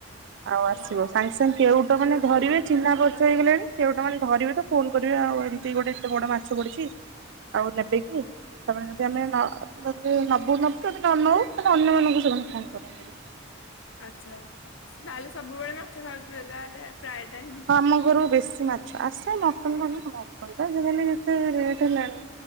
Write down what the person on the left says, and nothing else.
ହଁ।
ଆଚ୍ଛା ଯାହେଲେ ସବୁବେଳେ ମାଛ ଖାଉଥିବେ ଗାଁ ରେ ପ୍ରାୟ ଟାଇମ୍।